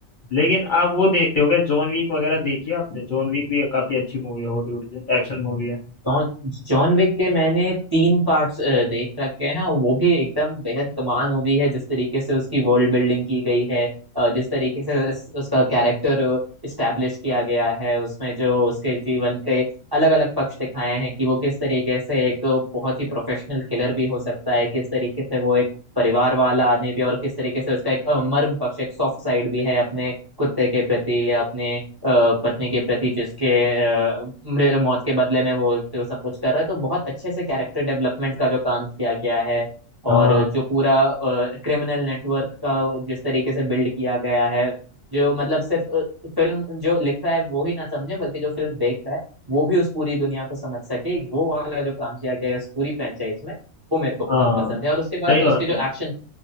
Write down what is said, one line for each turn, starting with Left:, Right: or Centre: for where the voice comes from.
Left: लेकिन आप वो देखते हो क्या जॉन वीक वगैरह देखी है आपने जॉन वीक भी काफी अच्छी मूवी है हॉलीवुड की एक्शन मूवी है
Right: जॉन जॉन विक के मैंने तीन पार्ट्स देख रखे हैं और वो भी एकदम बेहद कमाल मूवी है जिस तरीके से उसकी वर्ल्ड बिल्डिंग की गई है अ, जिस तरीके से उस- उसका कैरेक्टर इस्टेब्लिश किया गया है उसमें जो उसके जीवन के अलग अलग पक्ष दिखाए हैं कि वो किस तरीके से एक बहुत ही प्रोफेशनल किलर भी हो सकता है किस तरीके से वो एक परिवार वाला आदमी भी और किस तरीके से उसका एक अ, मर्म पक्ष एक सॉफ्ट साइड भी है अपने कुत्ते के प्रति या अपने अ, पत्नी के प्रति जिसके अ, मृ- मौत के बदले में वो वो सब कुछ कर रहा है तो बहुत अच्छे से कैरेक्टर डेवलपमेंट का जो काम किया गया है और
Left: हाँ
Right: जो पूरा क्रिमिनल नेटवर्क का जिस तरीके से बिल्ड किया गया है जो मतलब सिर्फ फिल्म जो लिख रहा है वो ही ना समझे बल्कि जो फिल्म देख रहा है वो भी उस पूरी दुनिया को समझ सके वो वाला जो काम किया गया है उस पूरी फ्रेंचाइज में वो मेरे को
Left: हाँ
Right: बहुत पसंद है और उसके बाद
Left: सही बात
Right: उसके जो
Left: है
Right: एक्शन